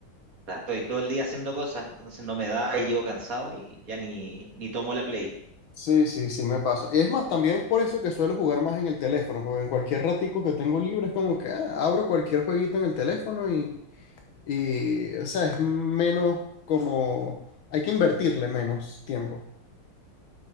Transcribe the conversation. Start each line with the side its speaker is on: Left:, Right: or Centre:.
Right: o sea, estoy todo el día haciendo cosas, entonces no me da y llego cansado y ya ni, ni tomo la Play.
Left: Sí, sí, sí, me pasa. Y es más, también es por eso que suelo jugar más en el teléfono, porque en cualquier ratico que tengo libre es como que ah, abro cualquier jueguito en el teléfono y Y, o sea, es menos como, hay que invertirle menos tiempo.